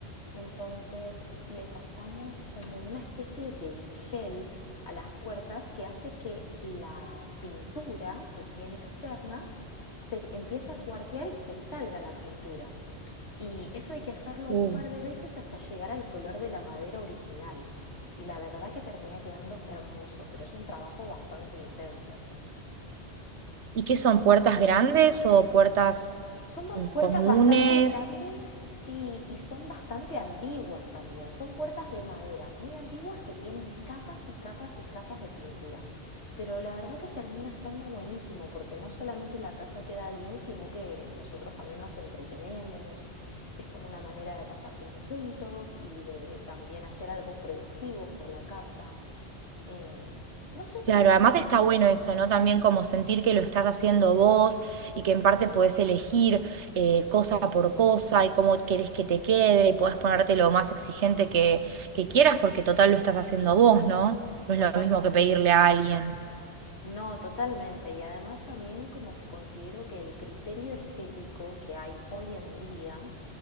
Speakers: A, on the left (about 75°); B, on the right (about 80°).
A: entonces le pasamos como una especie de gel a las puertas que hace que la pintura que tiene externa se empiece a cuartear y se salga la pintura. Y eso hay que hacerlo un
B: Uh.
A: par de veces hasta llegar al color de la madera original. Y la verdad que termina quedando hermoso, pero es un trabajo bastante intenso.
B: ¿Y qué son? ¿Puertas grandes o puertas
A: Son ba-
B: mm,
A: puertas
B: comunes?
A: bastante grandes, sí, y son bastante antiguas también. Son puertas de madera, muy antiguas que tienen capas y capas y capas de pintura. Pero la verdad que termina estando buenísimo porque no solamente la casa queda bien, sino que nosotros también nos entretenemos. Es como una manera de pasar tiempo juntos y de también hacer algo productivo por la casa. Em, no sé
B: Claro,
A: por qué está
B: además está bueno eso, ¿no? También como sentir que lo estás haciendo vos y que en parte podés elegir eh, cosa
A: así,
B: por cosa y cómo querés que te quede y podés ponerte lo más exigente que, que quieras porque total lo estás haciendo vos, ¿no? No
A: totalmente.
B: es lo mismo que pedirle a alguien.
A: No, totalmente. Y además también como que considero que el criterio estético que hay hoy en día